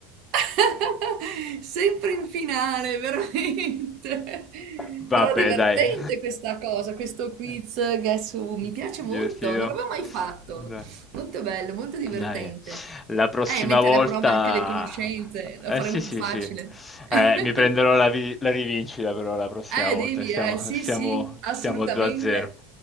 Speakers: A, on the right; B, on the left.
A: <laughs> Sempre in finale, veramente.
B: Vabbè,
A: Però divertente
B: dai.
A: questa cosa, questo quiz
B: Eh,
A: Guess Who. Mi
B: sì,
A: piace
B: divertito.
A: molto, non l'avevo mai fatto.
B: Dai.
A: Molto bello, molto divertente.
B: Dai, la prossima
A: Eh, mettere
B: volta...
A: a prova anche le conoscenze, lo
B: Eh
A: faremo
B: sì, sì,
A: più facile.
B: sì.
A: <laughs>
B: Eh, mi prenderò la, vi- la rivincita però la prossima
A: Eh,
B: volta.
A: devi,
B: Stiamo,
A: eh, sì,
B: stiamo,
A: sì, assolutamente.
B: stiamo 2 a 0.